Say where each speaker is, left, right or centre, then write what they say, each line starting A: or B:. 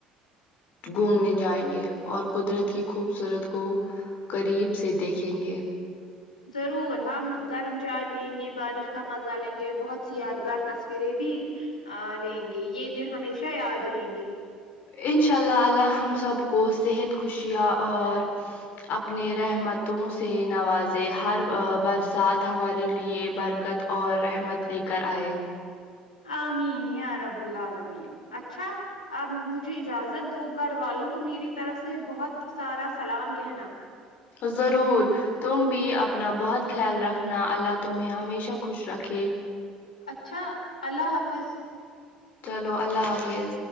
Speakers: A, on the left (about 50°); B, on the left (about 80°).
A: گھومنے جائیں گے اور قدرت کی خوبصورت کو قریب سے دیکھیں گے
B: ضرور ہم گرم چائے پیئیں گے بارش کا مزہ لیں گے بہت سی یادگار تصویریں بھی آ لیں گے یہ دن ہمیشہ یاد رہیں گے
A: انشاء اللہ اللہ ہم سب کو صحت خوشیاں اور اپنے رحمتوں سے نوازے ہر برسات ہمارے لیے بر کت اور رحمت لے کر آئے
B: آمین یا رب العالمین اچھا اب مجھے اجازت دو گھر والوں کو میری طرف سے بہت سارا سلام کہنا
A: ضرور تم بھی اپنا بہت خیال رکھنا اللہ تمہیں ہمیشہ خوش رکھے
B: اچھا اللہ حافظ
A: چلو اللہ حافظ